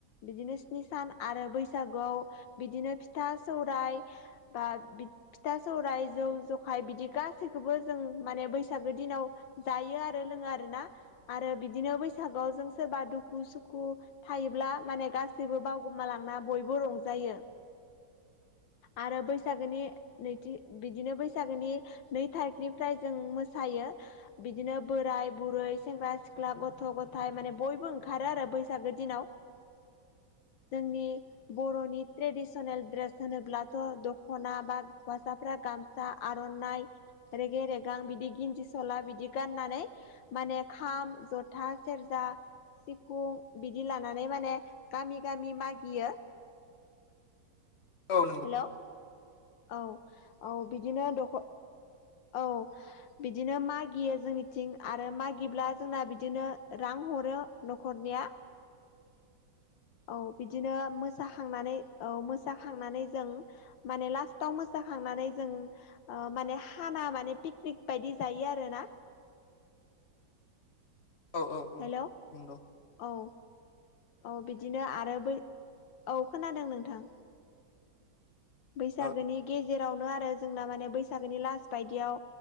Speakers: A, on the left; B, on the left.
A: बिदिनो स्नि सान आरो बैसागुआव बिदिनो फिथा, सौराइ बा बि फिथा सौराय जौ जखाय बिदि गासै गासैखौबो जों माने बैसागो दिनाव जायो आरो लोङो आरो ना। आरो बिदिनो बैसागुआव जों सोरबा दुखु सुखु थायोब्ला माने गासैबो जेबो बावउगोमालांना बयबो रंजायो आरो बैसागोनि नैथि बिदिनो बैसागोनि नै थारिखनिफ्राय जों मोसायो। बिदिनो बोराय बुरै सेंग्रा सिख्ला गथ' गथाय माने बयबो ओंखारो आरो बैसागो दिनाव। जोंनि बर'नि ट्रेडिसनेल ड्रेस होनोब्लाथ' दखना बा हौवासाफ्रा गामसा फस्रा आर'नाइ रेगे रेगां बिदि गिन्दि सला बिदि गाननानै। माने खाम जथा सेरजा सिफुं बिदि लानानै माने। गामि गामि मागियो।
B: औ नंगौ।
A: हेल' औ औ बिदिनो दख- औ बिदिनो मागियो जोंनिथिं आरो मागिब्ला जोंना बिदिनो रां हरो न'खरनिया। औ बिदिनो मोसाखांनानै औ मोसाखांनानै जों। माने लास्टाव मोसाखांनानै जों माने हाना माने पिकनिक बायदि जायो आरो ना?
B: औ औ औ
A: हेलौ
B: नंगौ।
A: औ औ बिदिनो आरो बै औ खोनादों नोंथां। बैसागोनि
B: औ
A: गेजेरावनो आरो जोंना माने बैसागोनि लास बायदियाव